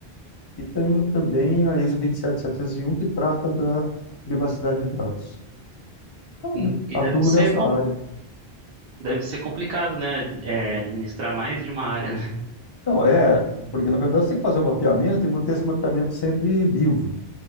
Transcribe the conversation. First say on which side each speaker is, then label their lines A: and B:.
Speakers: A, on the left; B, on the right.
A: e tem também a ISO 27701 que trata da privacidade de dados. Então,
B: E
A: eu
B: e deve
A: atuo
B: ser,
A: nessa
B: com-
A: área.
B: deve ser complicado, né? É, administrar mais de uma área, né?
A: Então, é,
B: <laughs>
A: porque na verdade você tem que fazer o mapeamento e manter esse mapeamento sempre vivo.